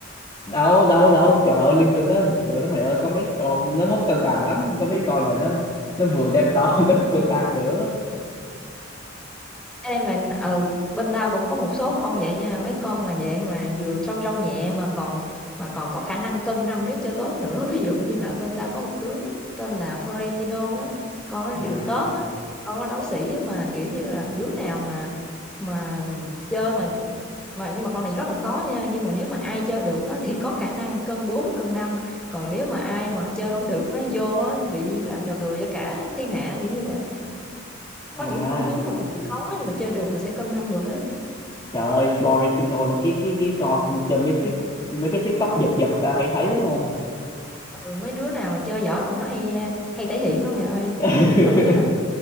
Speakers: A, on the left; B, in the centre.
A: đâu đâu đâu trời ơi Liverpool nó buồn cười lắm mày ơi có mấy con nó mất cân bằng lắm có mấy con là nó nó vừa đem to <laughs> nó vừa tăng nữa
B: Ê mình ừ bên tao cũng có một số con vậy nha mấy con mà dạng mà vừa trâu trâu nhẹ mà còn mà còn có khả năng cân năm nếu chơi tốt nữa <laughs> ví dụ như là bên tao có một tướng tên là Florentino á con nó
A: à
B: đi đường tớp á con nó đấu sĩ á, mà kiểu như là đứa nào mà mà chơi mà mà nhưng mà con này rất là khó nha nhưng mà nếu mà ai chơi được á thì có khả năng cân 4 cân năm còn nếu mà ai mà chơi không được nó vô á bị làm trò cười cho cả thiên hạ kiểu như là
A: à
B: có những cái con tướng mà cực kỳ khó nhưng mà chơi được là sẽ cân năm được á
A: trời ơi Florentino là cái cái cái con trên mấy tik mấy cái TikTok giật giật ta hay thấy đúng không
B: ừ, mấy đứa nào mà chơi giỏi con đó hay hay thể hiện lắm mày ơi
A: <laughs>
B: nhất là mấy thằng